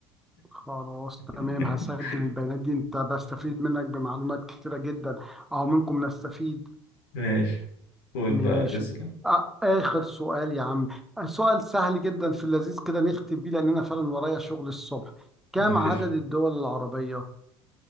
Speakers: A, in the centre; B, on the left.
A: خلاص تمام
B: <laughs>
A: هسجل البيانات دي انت بستفيد منك بمعلومات كتيرة جدا اهو منكم نستفيد
B: ماشي قول
A: ماشي
B: بقى اسأل
A: آ- آخر سؤال يا عم سؤال سهل جدا في اللذيذ كده نختم بيه لأن أنا فعلا ورايا شغل الصبح كم
B: مفيش
A: عدد الدول العربية؟